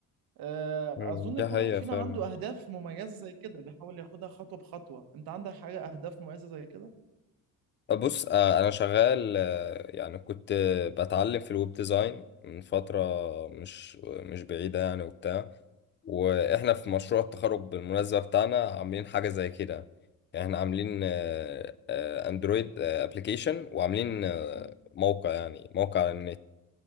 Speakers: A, on the right; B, on the left.
A: آه،
B: مم.
A: أظن
B: دي
A: كل
B: حقيقه
A: واحد فينا
B: فعلا
A: عنده أهداف مميزة زي كده بيحاول ياخدها خطوة بخطوة أنت عندك حاجة أهداف مميزة زي كده؟ ان
B: بص آه، انا شغال آه، يعني كنت بتعلم في الويب ديزاين من فتره مش مش بعيده يعني وبتاع واحنا في مشروع التخرج بالمناسبه بتاعنا عاملين حاجه زي كده يعني احنا عاملين آه، آه، اندرويد ابلكيشن وعاملين آه، موقع يعني موقع على النت